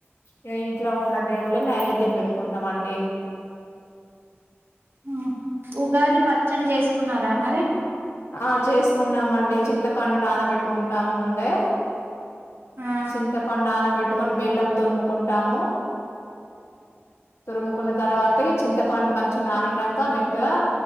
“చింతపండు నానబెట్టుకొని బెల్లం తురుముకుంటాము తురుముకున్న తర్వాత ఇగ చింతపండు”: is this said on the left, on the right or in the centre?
Left